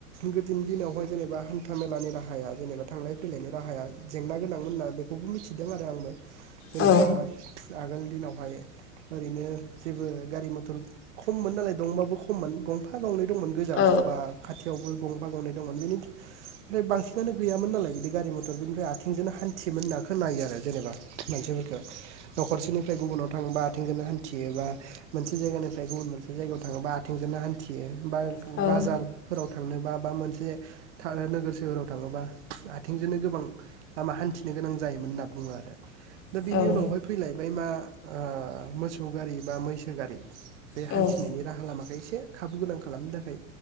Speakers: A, on the right (about 55°); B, on the left (about 30°).
A: गोदोनि दिनावहाय। जेनेबा हान्था मेलानि राहाया जेनेबा थांलाय फैलायनि राहाया। जेंना गोनांमोन ना बेखौबो मिथि। थिदों आरो आंबो। जेनेबा
B: औ
A: आगोलनि दिनाव। बेहाय ओरैनो जेबो गारि मथर खममोन नालाय दंबाबो खममोन गंफा गंनै। दंमोन गोजानाव
B: औ
A: बा खाथियावबो। गंफा गावनाय दंमोन बेनि। ओमफ्राय बांसिनानो गैयामोन नालाय बिदि गारि मथर बिनिफ्राय आथिंजोंनो हान्थियोन होनना खोननायो आरो जेनेबा। मानसिफोरखौ न'खरसेनिफ्राय गुबुनाव थाङोबा। थिंजोंनो हान्थियो। बा। मोनसे जायगानिफ्राय गुबुन मोनसे जायगायाव। थाङोबा आथिंजोंनो हान्थियो। बा-बाजारफोराव।
B: औ
A: थांनोबा बा मोनसे। था-नोगोर सोहोराव थाङोबा। आथिंजोंनो गोबां लामा हान्थि। नो गोनां जायोमोन होनना बुङो आरो। दा
B: औ
A: बिनि उनावहाय फैलायबाय मा। ओ मोसौ गारि बा मैसो गारि बे
B: औ
A: हान्थिनायनि
B: औ
A: राहा लामाखौ एसे खाबु गोनां खालामनो थाखाय।